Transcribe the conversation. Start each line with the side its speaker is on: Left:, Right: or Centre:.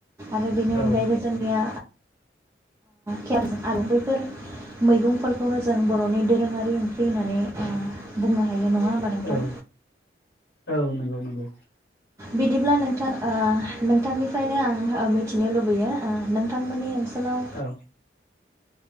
Right: आरो बेनि अनगायैबो
Left: औ
Right: जोंनिया केेर आरो बैफोर मैगंफोरखौनो जों बर'नि दोरोङारि ओंख्रि होननानै बुंनो। हायो नङा होमबा नोंथां
Left: औ औ नंगौ नंगौ।
Right: बिदिब्ला नोंथां नोंथांनिफ्रायनो आं मिथिनो लुबैयो नोंथांमोननि ओनसोलाव
Left: औ